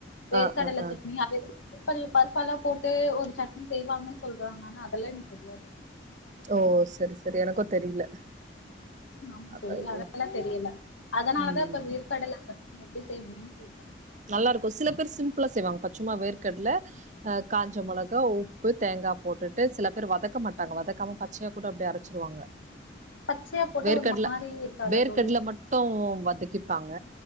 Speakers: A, on the left (about 90°); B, on the right (about 40°).
A: வேர்கடல
B: ஆ ஆ ஆ
A: சட்னி அத குக்கல் பருப்பாலா போட்டு ஒரு சட்னி செய்வாங்கன்னு சொல்றாங்க ஆனா அதெல்லா எனக்கு தெரியாது
B: ஓ சரி சரி எனக்கும் தெரில
A: ஆமா
B: அதா
A: சொல்லு
B: ஐயோ
A: அதெல்லாம் தெரில அதனாலதான்
B: ம்
A: இப்ப வெர் கடல எட்டு <unintelligible> கெட்ட
B: நல்லா இருக்கும் சில பேர் சிம்பிளா செய்வாங்க பச்சும்மா வேர்க்கடல அஹ் காஞ்ச மெளகா உப்பு தேங்காய் போட்டுட்டு சில பேர் வதக்க மாட்டாங்க வதக்காம பச்சையா கூட அப்படி அரச்சிருவாங்க
A: பச்சையா போட்டா
B: வேர்க்கடல
A: ஒரு மாரி இருக்காதா
B: வேர்க்கடல
A: தோழி
B: மட்டும் வதக்கி இருப்பாங்க